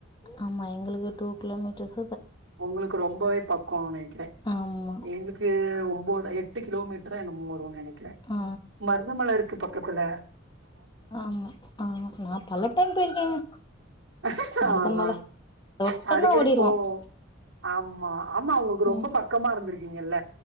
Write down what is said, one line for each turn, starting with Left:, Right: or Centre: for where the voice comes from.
Left: ஆமா எங்களுக்கு டூ கிலோமீட்டர்ஸ்.
Right: உங்களுக்கு ரொம்பவே பக்கோனு நெனைக்கிற.
Left: ஆமா
Right: எங்களுக்கு ஒம். போதா எட்டு கிலோமீட். டரா என்னமோ வரு நெனைக்கிற.
Left: ஆ
Right: மருதமலை இருக். க்கு பக்கத்துள்ள.
Left: ஆமா ஆஹ நா பல டைம் போயிருக்கேங்க.
Right: அதா
Left: மருதமல தொட்டன்னா
Right: அடிக்கடிக்கு
Left: ஓடிருவோ
Right: போவோ ஆமா ஆமா உங்களுக்கு
Left: ம்
Right: ரொம்ப பக்கமா இருந்திருக் கீங்கல்ல